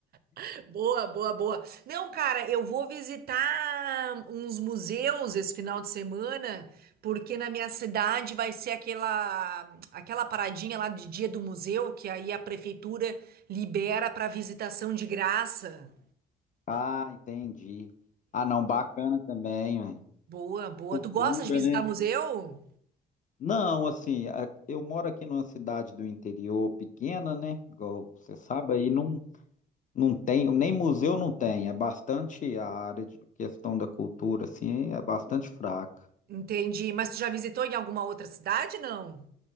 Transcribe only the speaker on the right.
<laughs> boa, boa, boa. Não, cara, eu vou visitar uns museus esse final de semana, porque na minha cidade vai ser aquela aquela paradinha lá de dia do museu, que aí a prefeitura libera para visitação de graça.
Boa, boa.
Tu gosta de visitar
museu?
Entendi. Mas tu já visitou em alguma outra cidade, não?